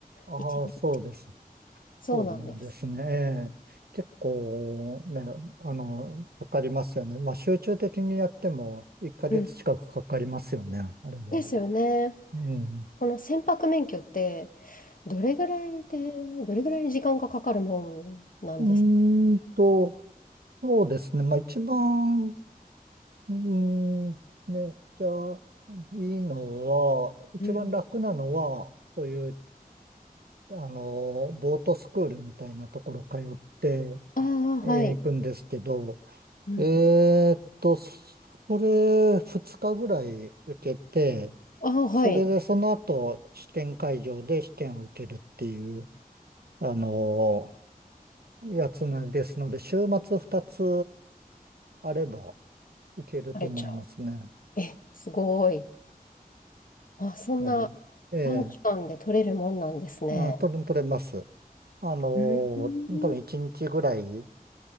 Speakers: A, on the right (about 80°); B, on the left (about 60°).
A: ああ、
B: いちねん
A: そうです。
B: そうなんです。
A: そうなんですね。ええ結構ね、あの、かかりますよね。まあ集中的にやっても1ヶ月近くかかりますよね、
B: うん
A: あれは。
B: ですよね。
A: うん。
B: この船舶免許って、どれぐらいで、どれぐらい時間がかかるもんなんですか
A: うーんと、そうですね。まあ一番、うーん、ね、じゃあ、いいのは、一番楽なのは、
B: うん、
A: そういう、あの、ボートスクールみたいなところ通って、
B: ああ、はい。
A: えー行くんですけど、
B: うん。
A: えーっと、それ2日ぐらい受けて、
B: ああ、はい。
A: それでその後試験会場で試験を受けるっていう、あのーやつなんですので、週末2つあればいけると思いますね。
B: 取れちゃう。え、すごい。あ、そんな
A: はい。ええ
B: 短期間で取れるもんなんですね。
A: あ、取れ、取れます。あの
B: うんう
A: ー多分1日ぐらい、
B: ん